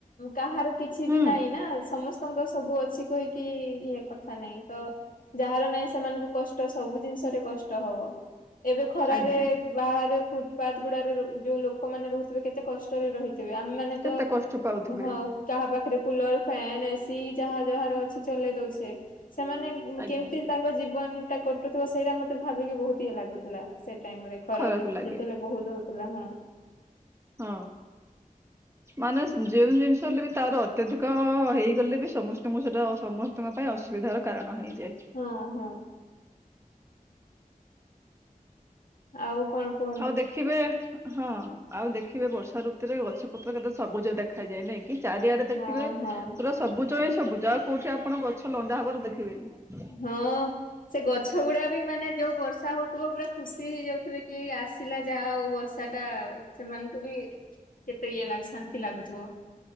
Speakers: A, on the left (about 70°); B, on the right (about 20°).
A: କାହାର କିଛି
B: ହୁଁ
A: ବି ନାହିଁ ନା ସମସ୍ତ ତାଙ୍କର ସବୁ ଅଛି କହିକି ଇଏ କଥା ନାହିଁ ତ ଯାହାର ନାହିଁ ସେମାନଙ୍କୁ କଷ୍ଟ ସବୁ ଜିନିଷରେ କଷ୍ଟ ହବ। ଏବେ ଖରାରେ
B: ଆଜ୍ଞା
A: ବାହାରେ ଫୁଟପାଥ ଗୁଡାରେ ଯୋଉ ଲୋକ ଲୋକମାନେ ରହୁଥିବେ କେତେ କଷ୍ଟରେ ରହିଥିବେ। ଆମେମାନେ
B: କେତେ
A: ତ
B: କଷ୍ଟ ପାଉଥିବେ
A: ହଁ କାହା ପାଖରେ କୁଲର ଫ୍ୟାନ ଏସିି ଯାହା ଯାହାର ଅଛି ଚଲେଇ ଦଉଛେ ସେମାନେ
B: ଆଜ୍ଞା
A: କେମିତି ତାଙ୍କ ଜୀବନ ଟା କଟୁଥିବ ସେଇଟା ମତେ ଭାବିକି ବହୁତ ଇଏ ଲାଗୁଥିଲା ସେଇ ଟାଇମ ରେ। ଖରାରେ
B: ଖରାପ
A: ଯେତେବେଳେ
B: ଲାଗେ
A: ବହୁତ ହଉଥିଲା ହଁ।
B: ହଁ। ମାନେ ଯେଉଁ ଜିନିଷ ହେଲେ ବି ତାର ଅତ୍ୟାଧିକ ହେଇଗଲେ ବି ସମସ୍ତଙ୍କୁ ସେଇଟା ସମ ସ୍ତଙ୍କ ପାଇଁ ଅସୁବିଧାର କାରଣ ହୋଇଯାଏ।
A: ହଁ ହଁ। ଆଉ କଣ କୁହ?
B: ଆଉ ଦେଖିବେ ହଁ ଆଉ ଦେଖିବେ ବର୍ଷା ଋତୁରେ ଗଛ ପତ୍ର କେତେ ସବୁଜ ଦେଖାଯାଏ ନାଇଁ। କି ଚାରିଆଡେ ଦେଖିବେ
A: ହଁ ହଁ
B: ପୁରା ସବୁଜ ହିଁ ସବୁଜ ଆଉ କୋଉଠି ଆପଣ ଗଛ ଲଣ୍ଡା ହବାର ଦେଖିବେନି।
A: ହଁ। ସେ ଗଛ ଗୁଡା ବି ମାନେ ଯୋଉ ବର୍ଷା ହଉଥିବ ପୁରା ଖୁସି ହେଇଯାଉଥିବେ କି ଆସିଲା ଯାହୋଉ ବର୍ଷା ସାଟା ସେମାନଙ୍କୁ ବି କେତେ ଇଏ ଲା ଶାନ୍ତି ଲାଗୁଥିବ।